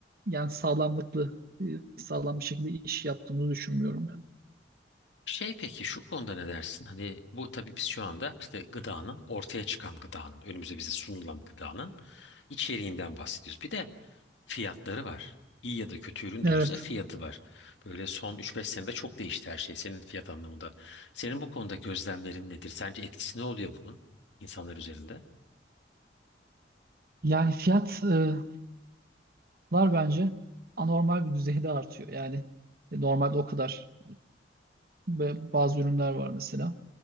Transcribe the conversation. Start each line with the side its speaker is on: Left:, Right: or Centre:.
Right: yani sağlamlıklı e, sağlam bir şekilde iş yaptığımızı düşünmüyorum yani.
Left: Şey peki şu konuda ne dersin? Hani bu tabii biz şu anda işte gıdanın ortaya çıkan gıdanın önümüze bize sunulan gıdanın içeriğinden bahsediyoruz. Bir de fiyatları var. İyi ya da kötü ürün
Right: Evet.
Left: de olsa fiyatı var. Böyle son üç beş senede çok değişti her şey senin fiyat anlamında. Senin bu konuda gözlemlerin nedir? Sence etkisi ne oluyor bunun insanlar üzerinde?
Right: Yani fiyatlar bence anormal bir düzeyde artıyor. Yani normalde o kadar ve bazı ürünler var mesela.